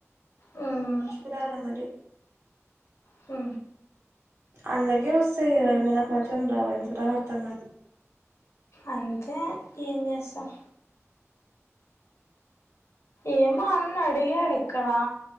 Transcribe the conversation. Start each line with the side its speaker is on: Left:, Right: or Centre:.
Left: మ్మ్
Right: చూడాలి మరి
Left: హ
Right: అందర్కి వస్తాయ్ నకు మాత్రం రావు ఎందుకు రావో అర్ధంకాదు
Left: అంతే ఏం చేస్తాం ఏమో అన్న అడిగాడు ఇక్కడ